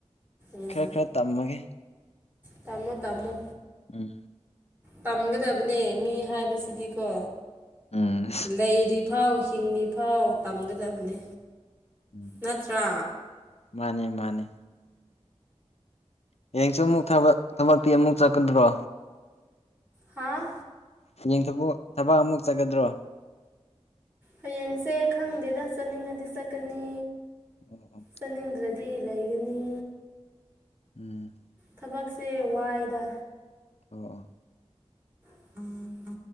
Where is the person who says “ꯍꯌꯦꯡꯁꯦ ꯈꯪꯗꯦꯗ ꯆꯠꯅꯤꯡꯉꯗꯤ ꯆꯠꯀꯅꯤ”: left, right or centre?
Right